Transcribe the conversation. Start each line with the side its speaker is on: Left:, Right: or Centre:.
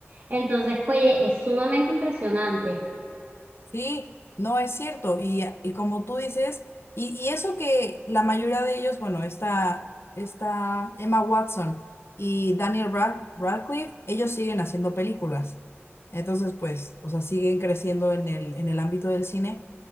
Right: Entonces, oye, es sumamente impresionante,
Left: Sí, no es cierto. Y, y como tú dices, y, y eso que la mayoría de ellos, bueno, está, está Emma Watson y Daniel Rad- Radcliffe, ellos siguen haciendo películas. Entonces, pues, o sea, siguen creciendo en el, en el ámbito del cine.